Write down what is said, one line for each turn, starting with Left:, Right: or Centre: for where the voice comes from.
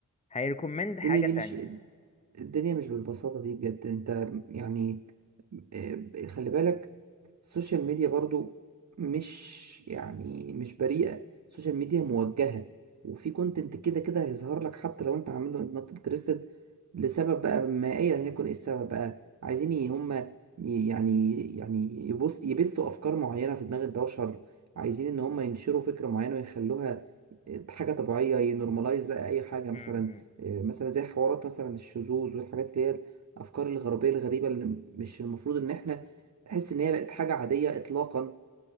Left: هيريكومند حاجة
Right: الدنيا دي مش
Left: تانية
Right: الدنيا مش بالبساطة دي بجد انت يعني آه، خلي بالك السوشيال ميديا برضو مش يعني مش بريئة السوشيال ميديا موجهة وفي كونتنت كده كده هيظهر لك حتى لو انت عامله نوت انترستد لسبب بقى ما ايا يكن ايه السبب بقى عايزين ي- هم ي- يعني يعني يبث يبثوا افكار معينة في دماغ البشر عايزين ان هم ينشروا فكرة معينة ويخلوها آه، حاجة طبيعية ينورماليز بقى اي حاجة
Left: م-
Right: مثلا
Left: م.
Right: آه، مثلا زي حوارات مثلا الشذوذ والحاجات اللي هي الافكار الغربيه الغريبه اللي م- مش المفروض ان احنا نحس ان هي بقت حاجه عاديه اطلاقا